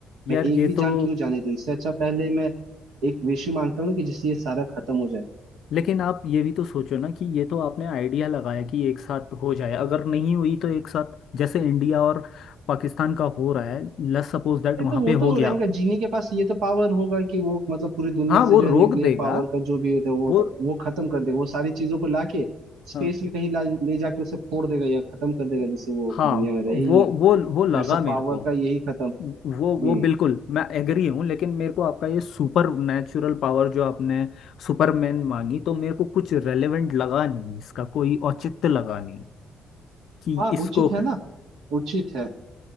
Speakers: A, on the left (about 70°); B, on the right (about 90°).
A: यार
B: मैं एक
A: ये
B: भी
A: तो
B: जान क्यों जाने दूं इससे अच्छा पहले मैं एक विश ही मांगता हूँ ना कि जिससे ये सारा खत्म हो जाए
A: लेकिन आप ये भी तो सोचो ना कि ये तो आपने आइडिया लगाया कि एक साथ हो जाए अगर नहीं हुई तो एक साथ जैसे इंडिया और पाकिस्तान का हो रहा है लेट्स सपोज दैट
B: नहीं
A: वहां
B: तो वो
A: पे
B: तो
A: हो गया
B: रहेगा जीनी के पास ये तो पावर होगा कि वो मतलब पूरी दुनिया
A: हाँ वो
B: से जो
A: रोक
B: है न्यूक्लियर
A: देगा
B: पावर का जो भी होता है वो
A: वो
B: तो, वो खत्म कर देगा वो सारी चीजों को लाके स्पेस
A: हाँ
B: में कहीं ला, ले जाके उसे फोड़ देगा या खत्म कर देगा जिससे वो
A: हाँ
B: दुनिया में रहे
A: वो
B: ही ना
A: वो वो लगा
B: फिर सब
A: मेरे
B: पावर
A: को
B: का यही खत्म
A: वो
B: हम्म
A: वो बिल्कुल मैं एग्री हूँ लेकिन मेरे को आपका ये सुपर नेचुरल पावर जो आपने सुपरमैन मांगी तो मेरे को कुछ रेलेवेंट लगा नहीं इसका कोई औचित्य लगा नहीं कि
B: हाँ
A: इसको
B: उचित है ना उचित है